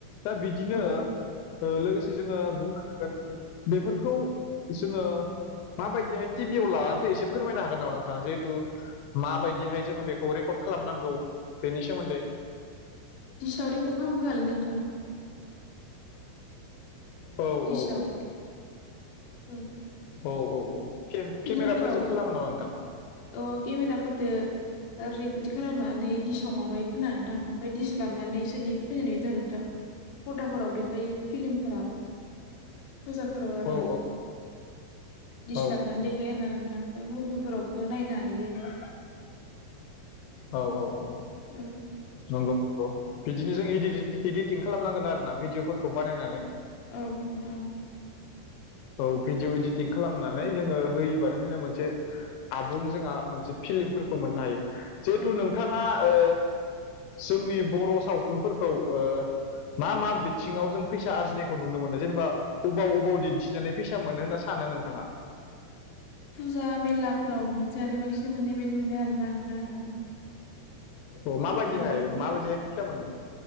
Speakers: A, on the left (about 80°); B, on the left (about 70°).
A: दा बिदि बिदिनो
B: औ
A: ओ लोगोसे जोङो बुं हांगोन बेफोरखौ जोङो माबायदिहाय टिभियाव लानानै फै एसे फोरमायनो हागोन नामा नोंथाङा जिहेतु माबायदिहाय जोङो बेखौ रेकर्ड खालामनांगौ बेनि सोमोन्दै।
B: दििसायाव रेकर्ड खालामग आलै नोंथाङा।
A: औ औ
B: दिसाव
A: औ ओ
B: औ
A: औ औ औ के
B: फिलिमफोराव
A: केमेराफोरजों खालामोनामा नोंथां?
B: अ केमेराफोरदो रेकर्थि खालामनानै दिडिसाव माबायो खोना नोंथां ओमफ्रायाय दिस लाबनानै एससे देहैफैनानै नुयोथ नोंथां। फर्दाफोराव देखायो फिलिमफोराव। फुजाफोराव आर
A: औ
B: ना दिस्लाबनानै
A: औ
B: देखायोयो आर ना नोंथां ओमफ्राय म बेलफोरावबो नायनो हायो।
A: औ औ औ
B: औ
A: नंगौ बिदिनो जों इडिटिं खालामनांगोन आरोना भिडिय'फोरखौ बानायनानै।
B: औ नोंथां
A: औ भिडिय' इडिटिं खालामनानै जोङो होयोबानो जोंङो मोनसे आबुं जोंहा मोनसे फिल्मफोरखौ मोननो हायो जिहेथु
B: औ
A: नोंथाङा ओ जोंनि बर' सावथुनफोरखौ ओ मा मा बिथिङाव जों फैसा आरजिनायखौ नुनो मोनो जेनेबा अबाव अबाव दिन्थि फिनानै फैसा मोनो होनना सानो नोंथाङा?
B: फुजा मेलाफ्राव बिदिनानै बांसिन मोननाय बायदि मोनो आरोना नोंथां आङो।
A: अ माबादिहाय
B: आरो
A: माबादिहाय फैसा मोनो?